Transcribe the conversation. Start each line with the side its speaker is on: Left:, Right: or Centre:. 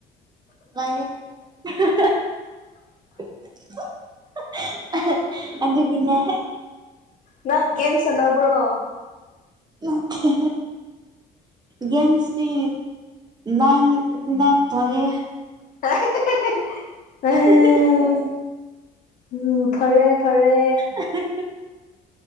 Right: <unintelligible> ꯑꯗꯨꯗꯒꯤꯟꯅ
Left: ꯅꯪ ꯒꯦꯝ ꯁꯥꯅꯕ꯭ꯔꯣ
Right: <unintelligible> ꯒꯦꯝꯗꯤ ꯂꯥꯏꯟ ꯊꯣꯛꯔꯦ
Left: <unintelligible> ꯎꯝ
Right: <unintelligible>
Left: ꯎꯝ ꯐꯔꯦ ꯐꯔꯦ
Right: <unintelligible>